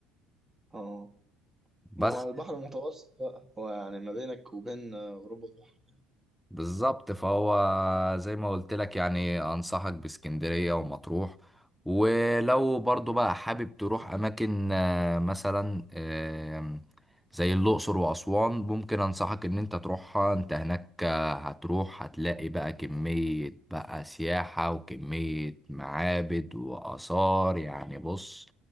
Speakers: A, on the right (about 20°); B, in the centre.
A: اه
B: بس
A: ما هو البحر المتوسط بقى هو يعني ما بينك وبين آه، اوروبا بحر
B: بالظبط فهو زي ما قلت لك يعني انصحك باسكندرية ومطروح ولو برضو بقى حابب تروح اماكن آه، مثلا آم، زي الاقصر واسوان ممكن انصحك ان انت تروحها انت هناك آه، هتروح هتلاقي بقى كمية بقى سياحة وكمية معابد واثار يعني بص